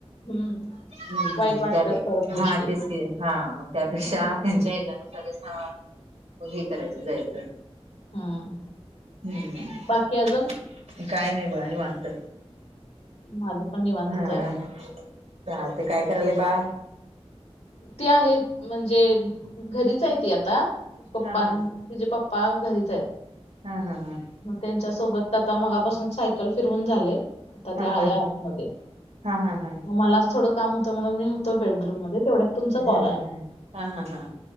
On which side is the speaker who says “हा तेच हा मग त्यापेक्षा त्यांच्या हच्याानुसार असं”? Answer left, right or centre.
Right